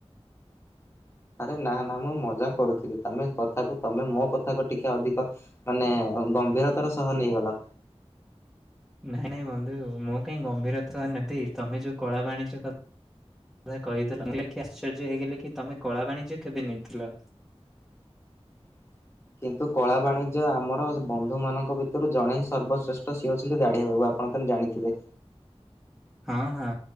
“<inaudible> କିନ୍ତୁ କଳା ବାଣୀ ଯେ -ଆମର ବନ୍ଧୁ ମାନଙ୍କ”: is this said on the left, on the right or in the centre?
Left